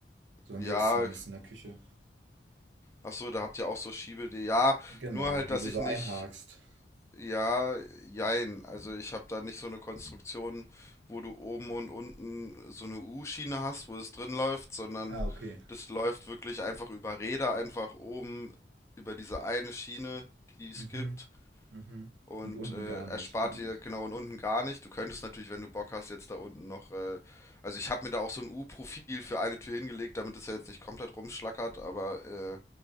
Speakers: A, on the right; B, on the left.
A: So haben
B: ja,
A: wir das zumindest in der Küche.
B: Ach so, da habt ihr auch so Schiebe, die, ja,
A: Genau,
B: nur halt,
A: die
B: dass
A: du
B: ich
A: so
B: nicht,
A: einhakst.
B: ja, jein, also ich habe da nicht so eine Konstruktion, wo du oben und unten so eine U-Schiene hast, wo es drin läuft, sondern
A: Ah, okay.
B: das läuft wirklich einfach über Räder, einfach oben über diese eine Schiene, die
A: Mhm.
B: es gibt
A: Mhm.
B: und
A: Und unten
B: äh,
A: gar
B: erspart
A: nicht. Unten
B: dir
A: ist.
B: genau und unten gar nicht. Du könntest natürlich, wenn du Bock hast, jetzt da unten noch, äh, also ich habe mir da auch so ein U-Profil für eine Tür hingelegt, damit es ja jetzt nicht komplett rumschlackert, aber äh,